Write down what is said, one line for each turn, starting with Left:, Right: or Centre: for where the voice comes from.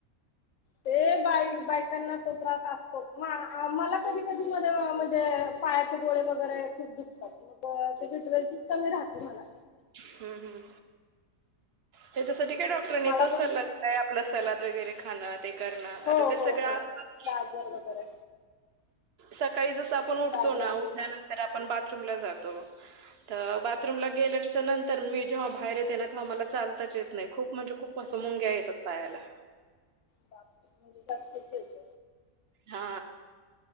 Left: ते, बाय बायकांना तो त्रास असतो. मला कधी- कधी मध्ये म्हणजे, पायाचे गोळे वगैरे दुखतात, ते बिटवेलचीच कमी राहते, म्हणा
Right: हम्म, हम् त्याच्यासाठी काय डॉक्टरनी
Left: मला
Right: तोच
Left: पण
Right: सला काय, आपलं सलाद वगैरे खाणं, ते करणं
Left: हो
Right: आता ते
Left: हो
Right: सगळं
Left: हो
Right: असतच की,
Left: गाजर वगैरे
Right: सकाळी जस आपण उठतो
Left: गाजर
Right: ना,
Left: बीट
Right: उठल्यानंतर आपण बाथरूम ला जातो. तर, बाथरूम
Left: हा
Right: ला गेलायचा नंतर तर मी जेव्हा बाहेर येते ना, तेव्हा मला चालताच येत नाही, खूप म्हणजे खूप असं मुंग्या येतात पायाला.
Left: बापरे! म्हणजे जास्तच येत.
Right: हा,